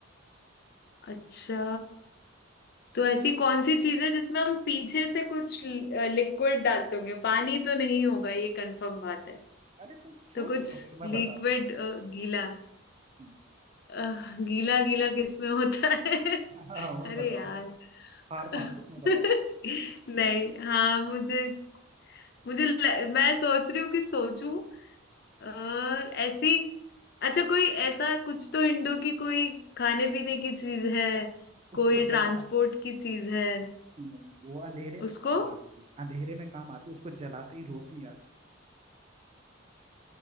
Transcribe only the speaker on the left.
अच्छा तो ऐसी कौन सी चीज है जिसमें हम पीछे से कुछ लिक्विड डालते होंगे पानी तो नहीं होगा ये कंफर्म बात है
तो कुछ
लिक्विड गीला
अ, गीला गीला किसमें होता है
<laughs>
अरे
यार
<laughs>
नहीं हाँ मुझे मुझे ल- मैं सोच रही हूँ कि सोचूं और ऐसी अच्छा कोई ऐसा कुछ तो इंडो की कोई खाने पीने की चीज है
कोई
ट्रांसपोर्ट की चीज है
उसको